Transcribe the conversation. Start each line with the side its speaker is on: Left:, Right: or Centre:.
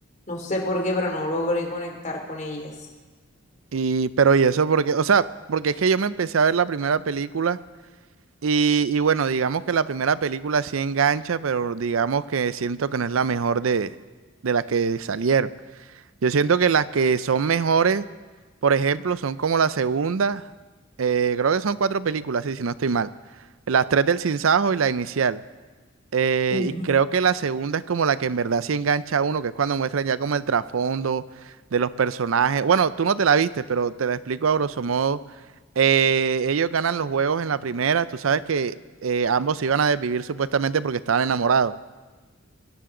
Left: no sé por qué, pero no logré conectar con ellas.
Right: Y, pero y eso porque, o sea, porque es que yo me empecé a ver la primera película y, y bueno, digamos que la primera película sí engancha, pero digamos que siento que no es la mejor de, de las que salieron. Yo siento que las que son mejores, por ejemplo, son como la segunda, eh, creo que son cuatro películas, sí, si no estoy mal. Las tres del Sinsajo y la inicial. Eh,
Left: Ujú,
Right: y creo que la segunda es como la que en verdad sí engancha a uno, que es cuando muestran ya como el trasfondo de los personajes. Bueno, tú no te la viste, pero te la explico a grosso modo. Eh, ellos ganan los juegos en la primera, tú sabes que eh, ambos se iban a desvivir supuestamente porque estaban enamorados.